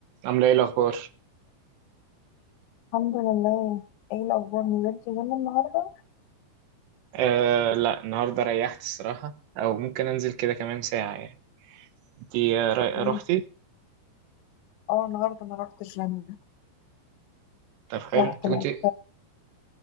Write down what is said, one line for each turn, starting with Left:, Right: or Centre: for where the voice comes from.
Right: عاملة ايه الأخبار؟
Left: الحمد لله ايه الاخبار نزلت جيم النهارده
Right: آه لا النهاردة ريحت الصراحة أو ممكن أنزل كده كمان ساعة يعني انتي آه، ر-
Left: مم.
Right: روحتي؟
Left: اه النهارده انا رحت الجيم
Right: طب حلو
Left: رحت
Right: انت
Left: لعبت
Right: كنتي